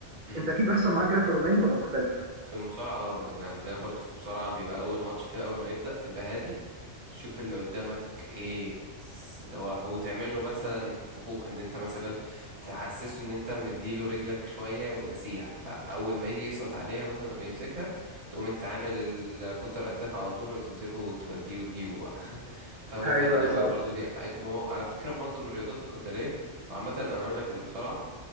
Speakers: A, on the right; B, on the right.
A: مم.
B: انت اكيد بيحصل معاك كده في الروماني ولا مختلف
A: في المصارعة اه احنا عندنا برضو في المصارعة بيبقى أول ماتش كده أول ما يبدأ تبقى هادي تشوف اللي قدامك ايه بتس- اللي هو وتعمل له مثلا فخوخ ان انت مثلا تحسسه ان انت مديله رجلك شوية ونسيها فاول ما يجي يسقط عليها مثلا او يمسكها تقوم انت عامل الكونتر اتاك على طول وتمسكه وتوديه وتجيبه بقى <laughs> فهو
B: ايوه
A: فعلا اول
B: صح
A: برضو دي أي- مو- على فكرة معظم الرياضات القتالية عامة انا اقول لك المصارعة